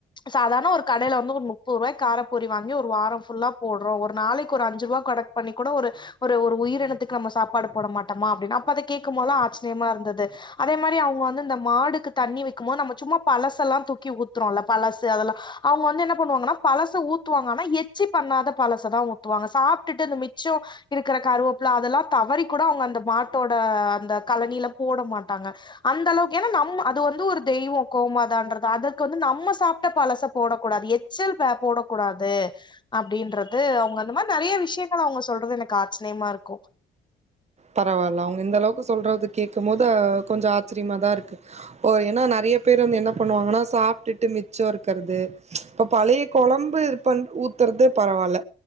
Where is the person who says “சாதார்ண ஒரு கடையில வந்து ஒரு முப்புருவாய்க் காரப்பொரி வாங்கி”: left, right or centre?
Left